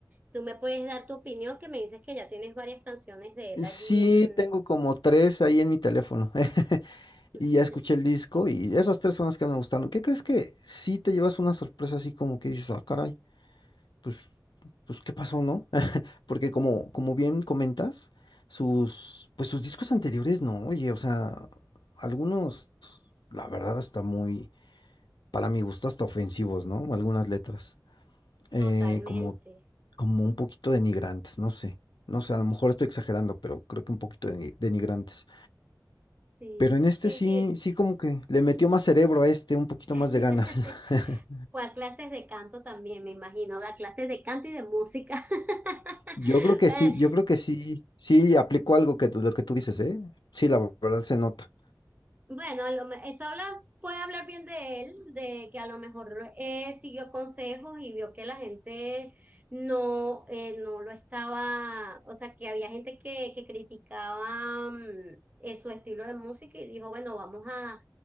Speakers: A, on the right (about 20°); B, on the left (about 75°).
A: tú me puedes dar tu opinión que me dices que ya tienes varias canciones de él allí
B: Sí,
A: en...
B: tengo como tres ahí en mi teléfono. <laughs>
A: <laughs>
B: Y ya escuché el disco y esas tres son las que me gustaron. ¿Qué crees que sí te llevas una sorpresa así como que dices, ah, caray, pues, pues, ¿qué pasó, no? <laughs> Porque como, como bien comentas, sus, pues sus discos anteriores, no, oye, o sea, algunos, la verdad, hasta muy, para mi gusto, hasta ofensivos, ¿no? Algunas letras. eh,
A: Totalmente.
B: como, como un poquito denigrantes, no sé. No sé, a lo mejor estoy exagerando, pero creo que un poquito deni- denigrantes.
A: Sí,
B: Pero en este
A: sí,
B: sí, sí como que le metió más cerebro a este, un poquito
A: yo...
B: más de
A: <laughs>
B: ganas. <laughs>
A: Fue a clases de canto también, me imagino, a clases de canto y de música. <laughs>
B: Yo creo que sí, yo creo que sí, sí aplicó algo que lo que tú dices, ¿eh? Sí, la verdad se nota.
A: Bueno, a lo me- eso habla, puede hablar bien de él, de que a lo mejor eh, siguió consejos y vio que la gente no, eh, no lo estaba, o sea, que había gente que, que criticaba mm, eh, su estilo de música y dijo, bueno, vamos a,